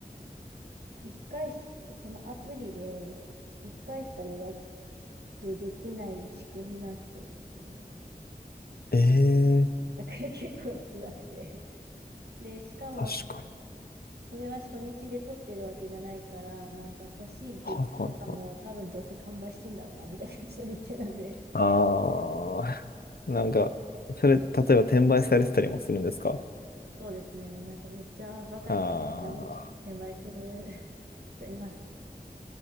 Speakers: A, on the right; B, on the left.
A: 一回し、そのアプリで一回しか予約できない仕組みになってんですよね。
B: ええ
A: <laughs> だから結構辛くて。で、しかも
B: 確かに。
A: それは初日で撮ってるわけじゃないから、なんか欲しいグッズとかも多分どうせ完売してんだろうな、
B: はいはいはい。
A: みたいな感じの日程なんで。
B: ああ、<laughs> なんか、それ、例えば転売されてたりもするんですか
A: そうですね。なんかめっちゃバカみたいなダメ転売してる
B: ああ、
A: <laughs> 人いますね。